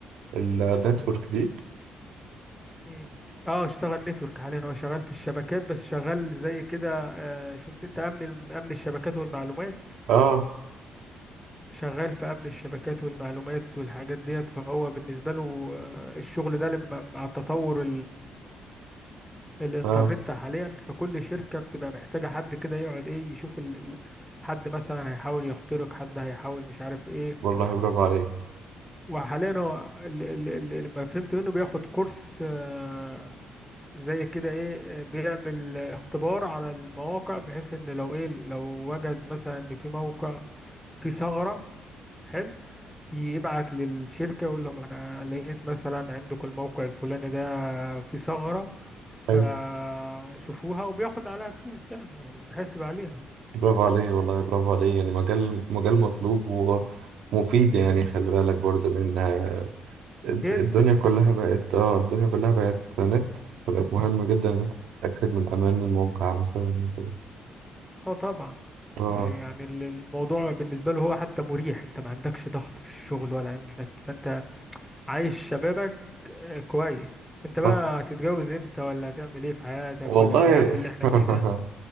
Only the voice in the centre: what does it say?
امم
امم اه اشتغل نتورك حاليا هو شغال في الشبكات بس شغال زي كده آه، شفت انت امن الم- امن الشبكات والمعلومات
شغال في امن الشبكات والمعلومات والحاجات ديت فهو بالنسبة له آه، الشغل ده لما مع التطور الانترنت
حاليا في كل شركة بتبقى محتاجة حد كده يقعد ايه يشوف ال... ال- حد مثلا هيحاول يخترق حد هيحاول مش عارف ايه
وحاليا هو ال... ال... ال... لما فهمت منه بياخد كورس آه، زي كده ايه آه، بيعمل اختبار على المواقع بحيث ان لو ايه لو وجد مثلا ان في موقع فيه ثغرة حلو يبعت للشركة يقول لهم أنا لقيت مثلا عندكم الموقع الفلاني ده فيه ثغرة فشوفوها
وبياخد عليها فلوس يعني وبتحاسب عليها
جدا
اه طبعا
آه، يعني ال- الموضوع بالنسبة له هو حتى مريح انت ما عندكش ضغط في الشغل ولا عندك فانت عايش شبابك آه، كويس انت بقى
هتتجوز امتى ولا هتعمل ايه في حياتك
ولا في الهم اللي احنا
فيه ده